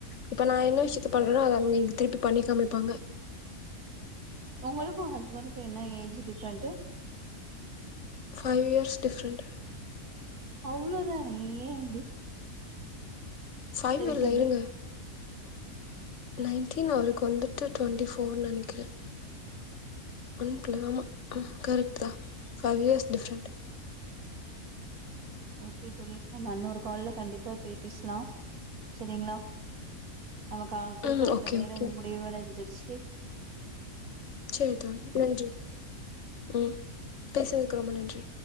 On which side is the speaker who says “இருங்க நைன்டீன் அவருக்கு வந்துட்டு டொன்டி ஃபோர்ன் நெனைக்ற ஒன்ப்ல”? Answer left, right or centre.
Left